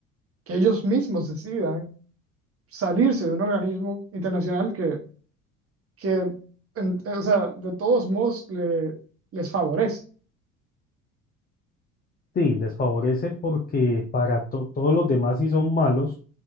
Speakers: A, on the right; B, on the left.
A: que ellos mismos decidan salirse de un organismo internacional que, que en- eh, o sea, de todos modos le, les favorece.
B: Sí, les favorece porque para to- todos los demás sí son malos